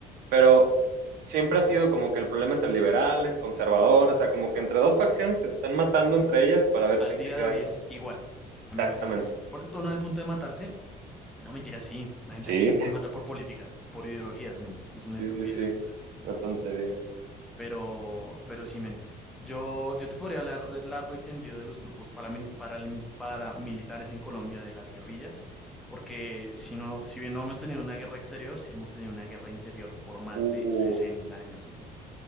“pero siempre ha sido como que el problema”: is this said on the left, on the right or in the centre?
Right